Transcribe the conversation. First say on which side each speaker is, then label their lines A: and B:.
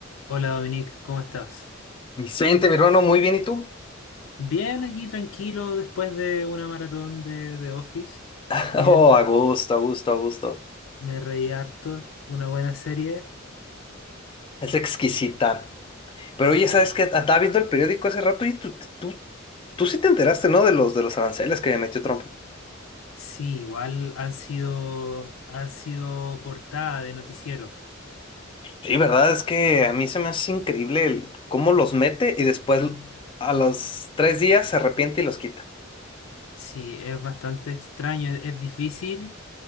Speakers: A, on the left; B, on the left.
A: Hola Dominique, ¿cómo estás?
B: Vicente, mi hermano, muy bien, ¿y tú?
A: Bien, aquí tranquilo después de una maratón de, de Office.
B: <laughs>
A: Bien,
B: Oh, a gusto, a gusto, a gusto.
A: me reí harto, una buena serie.
B: Es exquisita. Pero
A: Sí,
B: oye, ¿sabes qué? Estaba viendo el periódico hace rato y tú, tú, tú sí te enteraste, ¿no? De los, de los aranceles que metió Trump.
A: sí, igual han sido, han sido portada de noticieros.
B: Sí, verdad, es que a mí se me hace increíble el- cómo los mete y después a los tres días se arrepiente y los quita.
A: Sí, es bastante extraño, es, es difícil